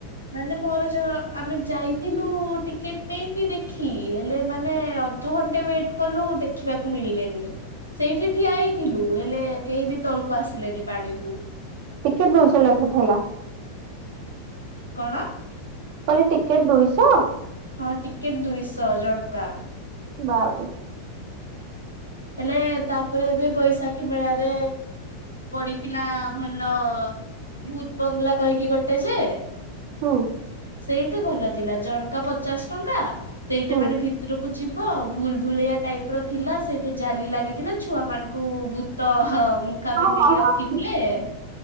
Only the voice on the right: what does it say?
ଟିକେଟ ଦଉଛ ଲକ୍ଷ ଥିଲା।
କହିଲି ଟିକେଟ ଦୁଇଶ?
ବାବରେ।
ହୁଁ।
ହୁଁ
ହଁ
ହଁ ହଁ